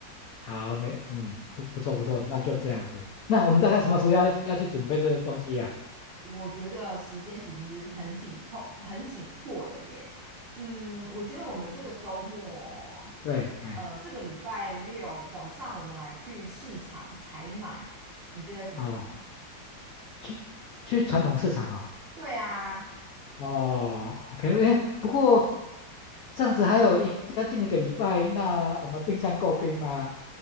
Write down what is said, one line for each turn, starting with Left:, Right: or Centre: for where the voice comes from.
Left: 好，没，嗯，不不错不错，那就这样子。那我们大概什么时候要要去准备这个东西呀、
Right: 我觉得时间其实很紧迫，很紧迫了耶。嗯，我觉得我们这个周末，
Left: 对，哎，
Right: 呃，这个礼拜六早上我们来去市场采买，你觉得怎么样？
Left: 哦，去去传统市场哦。
Right: 对啊，
Left: 哦，OK，哎，不过这样子还有一将近一个礼拜，那我们冰箱够冰吗？